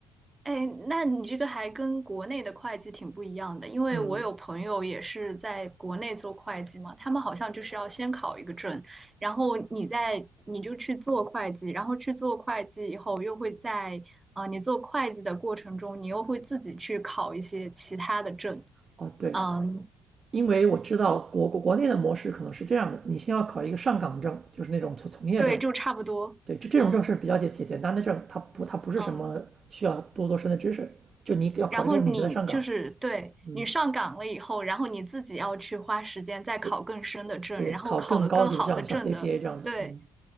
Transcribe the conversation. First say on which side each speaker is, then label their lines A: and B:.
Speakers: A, on the right (about 20°); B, on the right (about 40°).
A: 哎，那你这个还跟国内的会计挺不一样的，因为我有朋友也是在国内做会计嘛，
B: 嗯，
A: 他们好像就是要先考一个证，然后你再你就去做会计，然后去做会计以后又会在啊、呃你做会计的过程中，你又会自己去考一些其他的证，
B: 哦对，
A: 嗯，
B: 因为我知道国国国内的模式可能是这样的，你先要考一个上岗证，就是那种从从业证，
A: 对，就差不多，
B: 对，这这种证是比较简简简单的证，
A: 嗯
B: 它不它不是什么需要多多深的知识，
A: 嗯。
B: 就你要考这个证你才能上岗，
A: 然后你就是对你上岗了以后，
B: 嗯，
A: 然后你自己要去花时间再考更深的证，
B: 对对，
A: 然后考了更好的证的，
B: 考更高级的证像 CPA 这样的，
A: 对，
B: 嗯